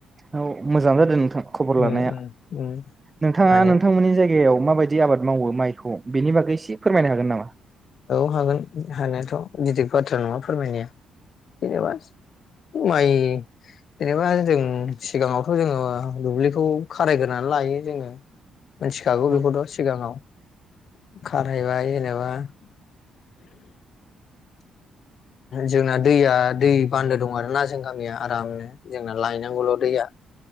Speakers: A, on the right; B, on the left.
A: औ मोजां जादों नोंथां खबर
B: उम
A: लानाया
B: उम उम
A: नोंथाङा
B: माने
A: नोंथांमोननि जायगायाव माबाय दि आबाद मावो माइखौ बेनि बागै एसे फोरमायनो हागोन नामा?
B: औ हागोन हानायाथ' गिदिर बाथ्रा नङा फोरमायनाया। जेनेबा माइ जेनेबा जों सिगाङावथ' जोङो दुब्लिखौ खारायग्रोनानै लायो जोङो। मिथिखागौ
A: औ
B: बेखौथ' सिगाङाव खारहायबाय जेनेबा <inaudible> जोंना दैया दै बान्दो दं आरो ना जों गामिया आरामनो। जोंना लायनांगौल' दैया।